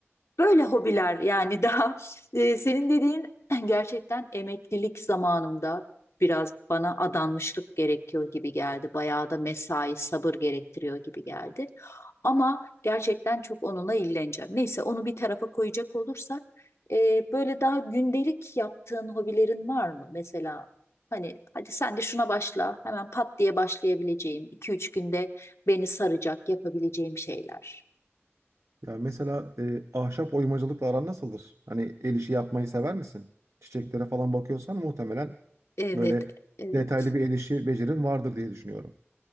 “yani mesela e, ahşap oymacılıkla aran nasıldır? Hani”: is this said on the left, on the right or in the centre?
Right